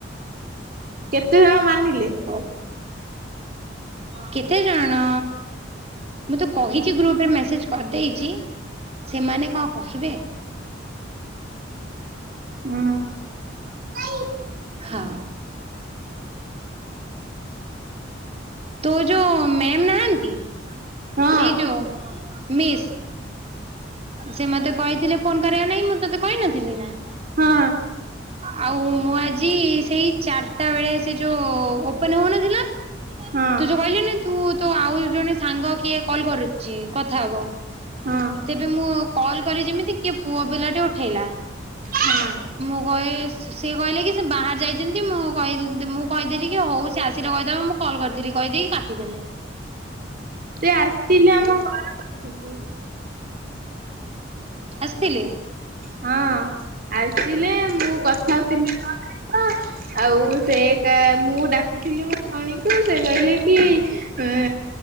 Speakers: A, on the right; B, on the right.
A: କେତେ ଜଣ ମାନିଲେ?
B: ଓ କେତେ ଯଣ ମୁଁ ତ କହିଛି ଗ୍ରୁପ ରେ ମେସେଜ କରିଦେଇଛି ସେମାନେ କଣ କହିବେ
A: ହୁଁ।
B: ହଁ। ତୋ ଯୋଉ ମ୍ୟାମ୍ ନାହାନ୍ତି
A: ହଁ
B: ସେଇ ଯୋଉ ମିସ୍। ସେ ମତେ କହିଥିଲେ ଫୋନ କରିବା ନାଗି ମୁଁ ତତେ କହିନଥିଲି ନା?
A: ହଁ।
B: ଆଉ ମୁଁ ଆଜି ସେଇ ଚାର ତା ବେଳେ ସେ ଯୋଉ ଓପନ ହୋଉନଥିଲା ତୁ
A: ହଁ।
B: ଯୋଉ କହିଲୁନି ତୁ ତୋ ଆଉ ଜଣେ ସାଙ୍ଗ କିଏ କଲ୍ କରୁଛି କଥା ହବ।
A: ହଁ
B: ତେବେ ମୁଁ କଲ କଲି ଯେମିତି କିଏ ପୁଅ ପିଲା ଟେ ଉଠେଇଲା।
A: ହଁ
B: ମୁଁ କହ ସେ କହିଲେ କି ସେ ବାହାରେ ଯାଇଛନ୍ତି ମୁଁ କହି ମୁଁ କହିଦେଲି କି ହଉ ସେ ଆସିଲେ କହିଦେବେ ମୁଁ କଲ୍ କରିଥିଲି କହିଦେଇକି କାଟିଦେଲି।
A: ସେ ଆସିଥିଲେ ଆମ ଘ ପାଖକୁ।
B: ଆସିଥିଲେ?
A: ହଁ ଆସିଲେ ମୁଁ କଥା ହୋଉଥିଲି ଜଣଙ୍କ ସହିତ। ଆଉ ସେ କା ମୁଁ ଡାକୁଥିଲି ମୋ ବୋଉଣୀକୁ ସେ କହିଲେ କି ଉଁ